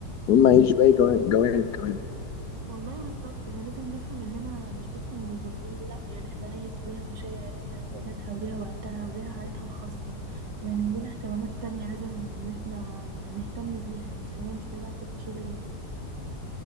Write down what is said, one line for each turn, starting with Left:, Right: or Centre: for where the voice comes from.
Left: وإما اعيش باقي جوا- جوانب كمان
Right: والله بالظبط يعني لازم نفهم إننا مش بس موظفين لأ يعني إحنا ناس وليها مشاعر وليها احتياجاتها وليها وقتها وليها حياتها الخاصة ويعني ولينا اهتمامات تانية لازم إن إحنا نهتم بيها يعني الحياة مش كلها تبقى شغل بس